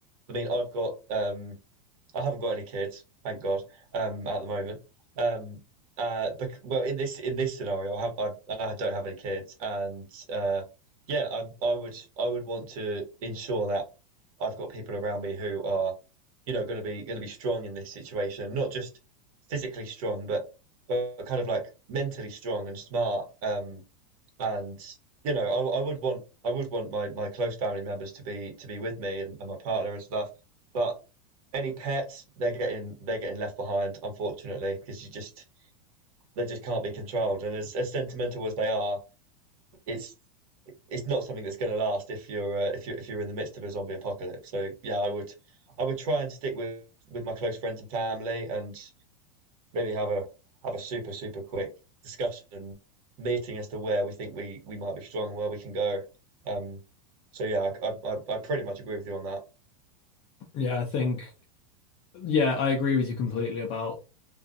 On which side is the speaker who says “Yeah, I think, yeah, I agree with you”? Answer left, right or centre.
Left